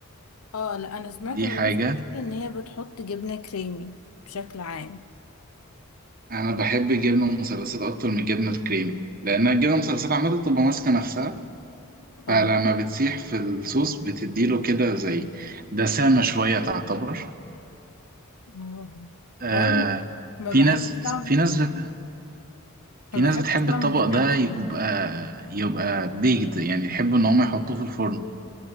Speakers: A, on the left (about 80°); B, on the right (about 40°).
A: اه لا انا سمعت
B: دي
A: من
B: حاجه
A: ناس كتير ان هي بتحط جبنه كريمي بشكل عام
B: انا بحب الجبنه المثلثات اكتر من الجبنه الكريمي لان الجبنه المثلثات عامه بتبقى ماسكه نفسها فلما
A: اه
B: بتسيح في الصوص بتديله كده زي دسامه شويه تعتبر
A: اه
B: آه
A: هو انا ما
B: في
A: بحبش
B: ناس
A: طعم
B: في ناس بت... في
A: ما بحبش
B: ناس بتحب
A: طعم
B: الطبق
A: الجبنه
B: ده
A: المشلتت
B: يبقى يبقى بيكد يعني يحبوا ان هم يحطوه في الفرن